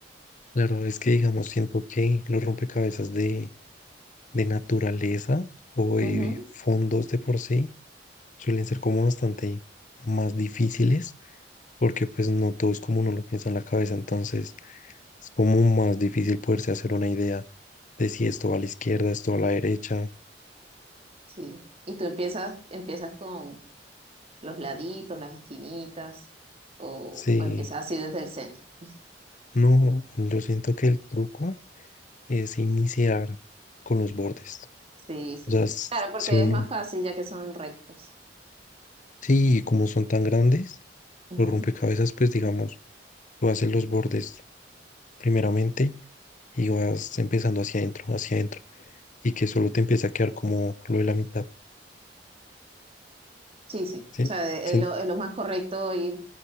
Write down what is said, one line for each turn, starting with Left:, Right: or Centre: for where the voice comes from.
Left: Claro, es que, digamos, siento que los rompecabezas de, de naturaleza o de
Right: Ujú,
Left: fondos de por sí suelen ser como bastante más difíciles porque pues no todo es como uno lo piensa en la cabeza. Entonces... Es como más difícil poderse hacer una idea de si esto va a la izquierda, esto va a la derecha.
Right: sí. Y tú empiezas, empiezas con, los laditos, las esquinitas, o,
Left: Sí,
Right: o empezar así desde el centro. <laughs>
Left: no, yo siento que el truco es iniciar con los bordes.
Right: Sí, sí.
Left: O sea, s-
Right: Claro, porque
Left: si uno,
Right: es más fácil ya que son rectos.
Left: sí, como son tan grandes,
Right: Ujú.
Left: los rompecabezas, pues digamos, tú haces los bordes primeramente y vas empezando hacia adentro, hacia adentro, y que solo te empieza a quedar como lo de la mitad,
Right: Sí, sí.
Left: ¿sí?
Right: O sea, es
Left: sí,
Right: lo, es lo más correcto ir